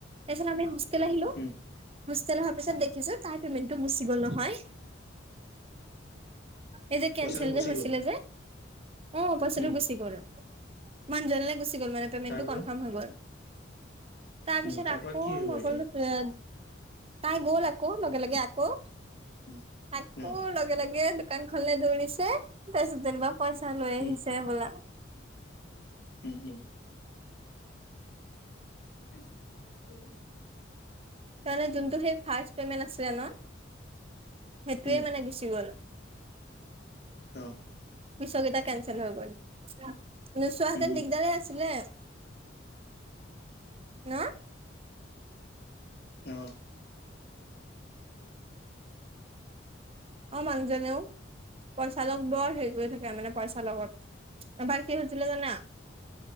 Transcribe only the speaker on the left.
উম
পইচাটো গুচি
গ'ল
উম
তাৰ পৰা
উম তাৰ
পৰা কি হ'ব
এতিয়া
উম
অ
উম
উম-উম। <unintelligible>
উম
অ
উম উম
অহ।